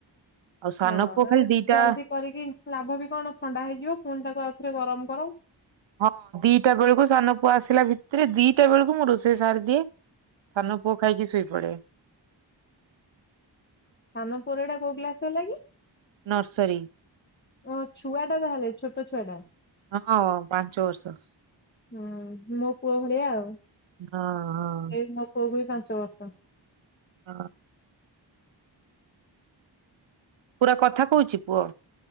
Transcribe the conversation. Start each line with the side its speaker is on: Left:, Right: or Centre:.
Right: ଆଉ ସାନ
Left: ହଁ
Right: ପୁଅ ଖାଲି
Left: ଆ
Right: ଦିଟା
Left: ଜଲଦି କରିକି ଲାଭ ବି କଣ ଥଣ୍ଡା ହେଇଯିବ ପୁଣି ତାକୁ ଆଉ ଥରେ ଗରମ କର।
Right: ହଁ ଦିଟା ବେଳକୁ ସାନ ପୁଅ ଆସିଲା ଭିତରେ ଦିଟା ବେଳକୁ ମୁଁ ରୋଷେଇ ସାରି ଦିଏ। ସାନ ପୁଅ ଖାଇକି ଶୋଇପଡେ‌।
Left: ସାନ ପୁଅର ଏଇଟା କୋଉ ଗ୍ଲାସ ହେଲା କି?
Right: ନର୍ସରୀ।
Left: ଓ ଛୁଆ ଟା ତାହେଲେ ଛୋଟ ଛୁଆ ଟା।
Right: ଅ ହଁ ପାଞ୍ଚ ବର୍ଷ।
Left: ହୁଁ ମୋ ପୁଅ ଭଳିଆ ଆଉ।
Right: ହଁ ହଁ।
Left: ଏଇ ମୋ ପୁଅକୁ ବି ପାଞ୍ଚ ବର୍ଷ।
Right: ହଁ। ପୁରା କଥା କହୁଛି ପୁଅ।